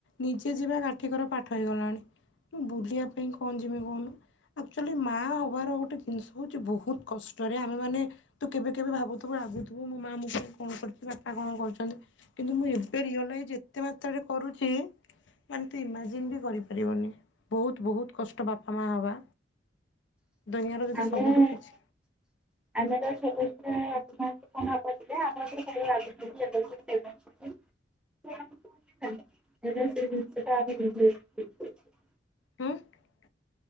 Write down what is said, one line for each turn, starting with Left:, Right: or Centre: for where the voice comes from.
Left: ନିଜେ ଯିବା କାଠିିକର ପାଠ ହେଇଗଲାଣି ମୁ ବୁଲିବା ପାଇଁ କଣ ଯିମି କହୁନୁ ଆକ୍ଚୁଆଲି ମାଆ ହବାର ଗୋଟେ ଜିନିଷ ହଉଛି ବହୁତ କଷ୍ଟରେ ଆମେ ମାନେ ତୁ କେବେ କେବେ ଭାବୁଥିବୁ ରାଗୁଥିବୁ ମୋ ମାଆ ମୋ ପାଇଁ କଣ କରିଚି ବାପା କଣ। କରୁଛନ୍ତି। କିନ୍ତୁ ମୁଁ ଏବେ ରିଅଲାଇଜ୍ ଏତେ ମାତ୍ର ରେ କରୁଚି ମାନେ ତୁ ଇମାଜିନ ବି କରି ପାରି ବୁନି। ବହୁତ୍ ବହୁତ୍ କଷ୍ଟ ବାପ ମା ହବା।
Centre: ଆମେ
Left: ଦୁନିଆର ଯଦି ସବୁଠୁ କିଛି
Centre: ଆମେରୁ <unintelligible> ଆମ <unintelligible>
Left: ହଁ <unintelligible>